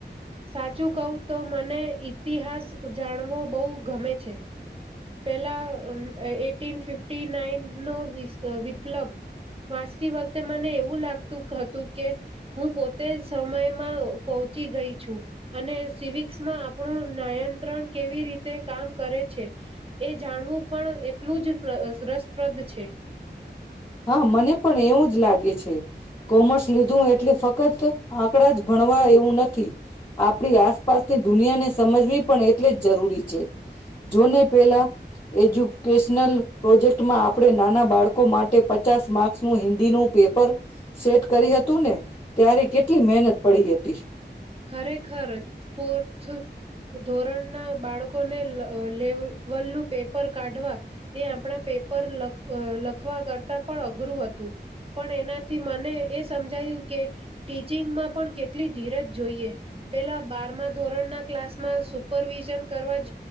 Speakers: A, on the right (about 30°); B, on the left (about 25°).
A: સાચું કહું તો મને ઈતિહાસ જાણવો બહુ ગમે છે પેલા એટીન ફિફ્ટ નાઈન નો વિપ્લબ વાંચતી વખતે મને એવું લાગતું હતું કે હું પોતે સમયમાં પહોંચી ગઈ. છ અને સિવિક્સમાં આપણું નાયંત્રણ કેવી રીતે કામ કરે છે એ જાણવું પણ એટલું જ રસપ્રદ છે.
B: હા મને પણ એવું જ લાગે છે. <unintelligible> કોમર્સ લીધું એટલે ફક્ત. આંકડા જ ભણવા એવું નથી આપણી આસપાસની દુનિયાને સમજવી પણ એટલે જ જરૂરી છે જોને પેલા એજ્યુકેશનલ પ્રોજેક્ટમાં આપણે નાના બાળકો માટે. પચાસ માર્ક્સ નું હિન્દી ન પેપર સેટ કરી હતું ને ત્યારે કેટલી મહેનત પડી હતી.
A: ખરેખર ફોર્થ ધોરણના બાળકોને લેવલનું પેપર કાઢવા એ આપણા પેપર લખ લખવા કરતા પણ અઘરું હતું પણ એનાથી મને એ સમજાયું કે ટીચિંગમાં પણ કેટલી ધીરજ. જોઈએ પેલા બારમા ધોરણ ના ક્લાસમાં સુપરવિઝન કરવા